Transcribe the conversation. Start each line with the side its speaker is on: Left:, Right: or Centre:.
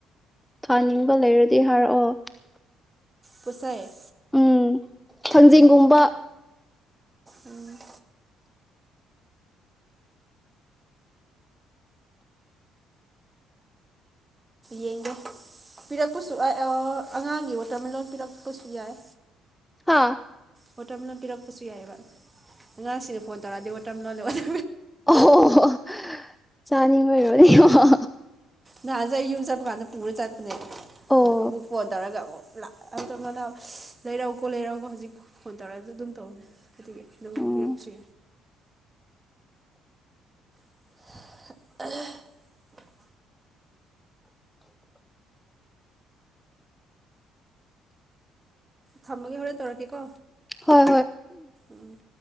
Centre: ꯊꯥꯅꯤꯡꯕ ꯂꯩꯔꯗꯤ ꯍꯥꯏꯔꯛꯑꯣ
Right: ꯄꯣꯁꯥꯏ
Centre: ꯎꯝ ꯊꯥꯡꯖꯤꯡꯒꯨꯝꯕ
Right: ꯎꯝ ꯌꯦꯡꯒꯦ ꯄꯤꯔꯛꯄꯁꯨ ꯑꯉꯥꯡꯒꯤ ꯋꯥꯇꯔꯃꯦꯂꯣꯟ ꯄꯤꯔꯛꯄꯁꯨ ꯌꯥꯏ
Centre: ꯍꯥꯥ
Right: ꯑꯣ ꯇꯔ ꯃꯅ ꯄꯤꯔꯛ ꯄ ꯄꯨꯁꯤ ꯌꯥꯏꯑꯕ ꯉ ꯁꯤꯔꯐ ꯑꯣꯏ ꯇꯔꯗꯤ ꯂ ꯂꯩꯦ
Centre: ꯑꯣꯣ ꯆꯥꯅꯤꯡꯉ ꯑꯣꯏꯔ ꯑ
Right: ꯅꯑ ꯌꯨ ꯆꯕ ꯀꯥꯟꯗ ꯄ ꯄꯨꯔ ꯆ ꯑꯗꯩ ꯑ
Centre: ꯑꯣ
Right: ꯑꯃꯨꯛ ꯐꯣꯟ ꯇꯧꯔꯒ ꯑꯃꯨꯛ ꯂꯥꯛ ꯑꯇꯣ ꯃꯅ ꯂꯩꯔꯛꯎꯀꯣ ꯂꯩꯔꯛꯎꯀꯣ ꯍꯧꯖꯤꯛ ꯐꯣꯟ ꯇꯧꯔꯛꯑꯁꯨ ꯑꯗꯨꯝ ꯇꯧꯅꯤ ꯑꯗꯨ ꯑꯗꯨ
Centre: ꯎꯝ
Right: ꯄꯌꯥ ꯈꯨꯁꯤ ꯑ ꯊꯃꯒꯒꯤ ꯍꯣꯔꯦꯟ ꯇꯔ ꯀꯀꯣ
Centre: ꯍꯣꯏ ꯍꯣꯏ
Right: ꯎꯝ